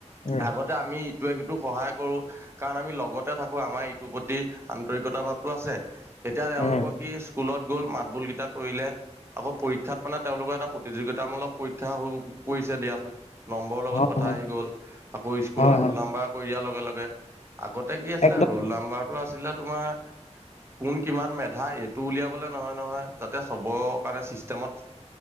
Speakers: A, on the left; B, on the right.
A: উম,
B: আগত আমি ইটোৱে সিটোক সহায় কৰো কাৰণ, আমি লগতে থাকো আমাৰ ইটোৰ প্ৰতি আন্তৰিকতা ভাৱটো আছে এতিয়া তেওঁলোকৰ
A: উম,
B: কি স্কুলত গ'ল মাত বোলকেইটা কৰিলে, আকৌ পৰীক্ষাত মানে, তেওঁলোকৰ এটা প্ৰতিযোগিতামূলক পৰীক্ষা হৈ পৰিছে, দিয়াচোন নম্বৰৰ লগত
A: হয়,
B: কথা
A: হয়,
B: আহি গ'ল আকৌ স্কুলৰ
A: হয়,
B: ৰোল
A: হয়,
B: নাম্বাৰ কৰি দিয়াৰ লগে লগে, আগতে কি আছিলে
A: একদম
B: ৰোল নাম্বাৰটো আছিলে তোমাৰ কোন কিমান মেধা এইটো উলিয়াবলে নহয় নহয়, যাতে সবৰে কাৰণে চিষ্টেমত